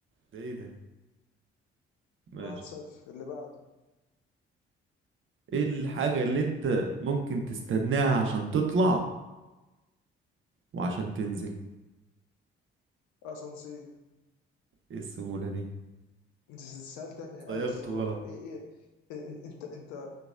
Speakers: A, on the right; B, on the left.
A: ده ايه ده ماشي
B: 1-0 اللي بعده
A: ايه الحاجة اللي انت ممكن تستناها عشان تطلع وعشان تنزل
B: اسانسير
A: ايه السهولة دي
B: انت سؤال تافه
A: صيغته
B: قوي الصراحه
A: غلط
B: ايه ايه إيه- إيه، انت انت